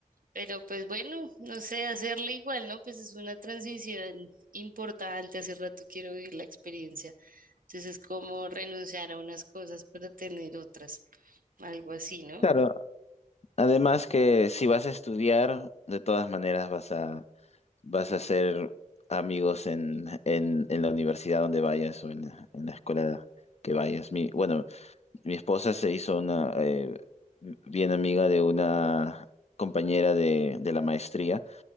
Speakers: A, on the right; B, on the left.
A: Pero pues bueno, no sé, hacerle igual, ¿no? Pues es una transición importante. Hace rato quiero vivir la experiencia. Entonces es como renunciar a unas cosas para tener otras, algo así, ¿no?
B: Claro, además que si vas a estudiar, de todas maneras vas a, vas a hacer amigos en, en, en la universidad donde vayas o en, la en la escuela que vayas. Mi, bueno, mi esposa se hizo una eh, bien amiga de una compañera de, de la maestría